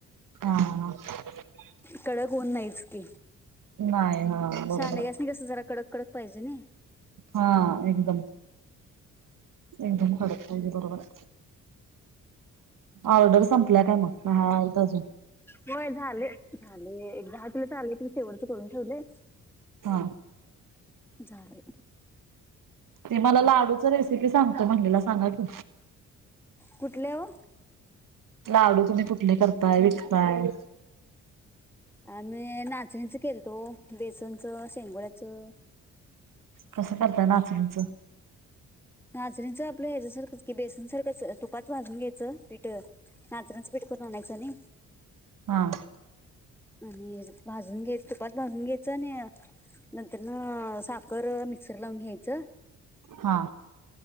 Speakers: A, on the right (about 55°); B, in the centre.
A: ह <unintelligible>
B: कडक ऊन नाहीच की
A: नाही हा बरोबर
B: शहानी जास्त हे कस जरा कडक कडत पाहिजे ने.
A: हा एकदम. एकदम भडक पाहिजे बरोबर. ऑर्डर संपल्या काय मग हा आहेत अजून
B: होय झाले झाले एक दहा तुला <unintelligible> चाले त शेवटच करून ठेवले.
A: हा.
B: झाले.
A: ते मला लाडूच रेसिपी सांगतो म्हणलेले सांगा की.
B: कुठल्या ओ.
A: लाडू तुम्ही कुठले करताय विकताय.
B: आम्ही नाचणी च केलथ ओ बेसनचं शेंगोळ्याचं.
A: कसं करता नाचणींचं.
B: नचनीच आपलं याच्या सारखच की बेसन सारखंच तुपात भाजून घ्यायचं पिठ नाचनाच पीठ करून आणयचं नाही.
A: हा <inaudible>
B: आणि भाजून घे तुपात भाजून घ्यायच ना. नंतर न साखर मिक्सर ला लावून घ्यायचं.
A: हा.